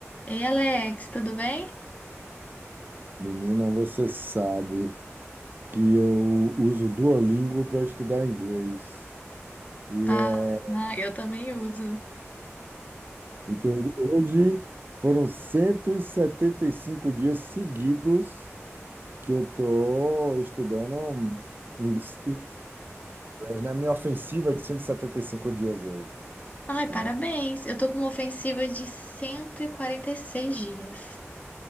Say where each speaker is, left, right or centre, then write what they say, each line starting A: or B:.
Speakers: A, on the left (about 30°); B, on the right (about 40°).
A: Ei, Alex, tudo bem?
B: Menina, você sabe que eu uso o Duolingo para estudar inglês. E
A: Ah,
B: é,
A: ah, eu também uso.
B: então, hoje foram cento e e setenta e cinco dias seguidos que eu estou estudando inglês, inglês, na minha ofensiva é de cento e e setenta e cinco dias hoje,
A: Ai,
B: né?
A: parabéns. Eu tô com uma ofensiva de cento e e quarenta e seis dias,